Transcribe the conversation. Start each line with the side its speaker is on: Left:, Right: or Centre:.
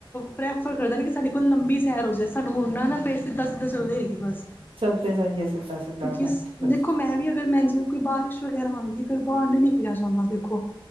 Left: ਪ੍ਰੈਫਰ ਕਰਦਾ ਨਹੀਂ ਕਿ ਸਾਡੇ ਕੋਲ ਲੰਬੀ ਸੈਰ ਹੋ ਜਾਵੇ ਸਾਨੂੰ ਮੁਨਾ ਨਾ ਪੈ ਸਿੱਧਾ ਸਿੱਧਾ ਚੱਲਦੀ ਰਹੀਗੀ ਬਸ
Right: ਚਲਦੇ ਜਾਈਏ ਸਿੱਧਾ ਸਿੱਧਾ
Left: ਕਿਉਕਿ
Right: ਅੱਛਾ ਅੱਛਾ
Left: ਦੇਖੋ ਮੈਂ ਵੀ ਅਗਰ ਮੈਂ ਜਿਵੇਂ ਕੋਈ ਬਾਰਿਸ਼ ਵਗੈਰਾ ਆਦੀ ਫਿਰਰ ਬਾਹਰ ਨੀ ਨਿਕਲਿਆ ਜਾਂਦਾ ਦੇਖੋ